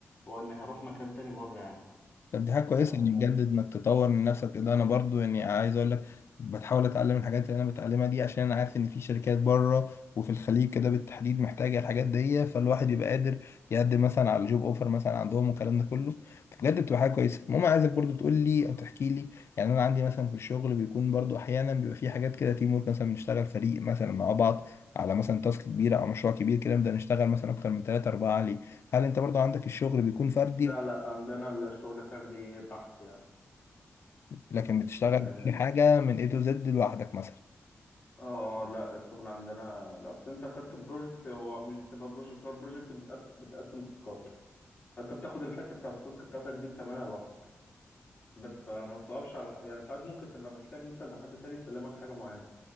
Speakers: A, on the left; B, on the left.
A: هو إني هروح مكان تاني بره يعني
B: طب دي حاجة كويسة
A: آه،
B: يعني بجد انك تطور من نفسك كده انا برضو يعني عايز اقول لك بتحاول اتعلم الحاجات اللي انا بتعلمها دي عشان انا عارف ان في شركات بره وفي الخليج كده بالتحديد محتاجة الحاجات دي فالواحد يبقى قادر يقدم مثلا على جوب اوفر مثلا عندهم والكلام ده كله فبجد بتبقى حاجة كويسة المهم عايزك برضو تقول لي او تحكي لي يعني انا عندي مثلا في الشغل بيكون برضو احيانا بيبقى في حاجات كده تيم ورك مثلا بنشتغل فريق مثلا مع بعض على مثلا تاسك كبيرة او مشروع كبير كده نبدأ نشتغل مثلا اكتر من ثلاثة اربعة عليه هل انت برضو عندك الشغل بيكون فردي
A: لا لا عندنا الشغل فردي بحت يعني
B: لكن بتشتغل
A: يعني
B: كل حاجة من A to Z لوحدك مثلا
A: اه اه لا الشغل عندنا لا، اصل انت خدت بروجكت هو مش بتبقى بروجكت هو البروجكت بتقسم بتقسم تاسكات فانت بتاخد الحته بتاعت التاسك بتاعتك دي بتعملها لوحدك بس فما بتقفش على حق. يعني ساعات ممكن تبقى محتاج مثلا لحد تاني يسلمك حاجه معينه